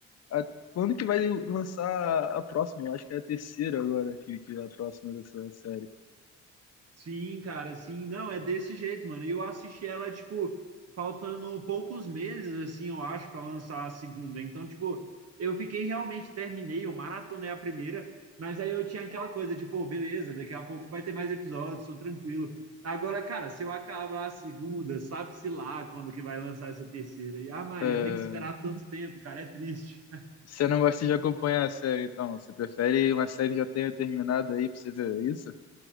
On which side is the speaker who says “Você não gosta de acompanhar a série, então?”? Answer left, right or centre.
Left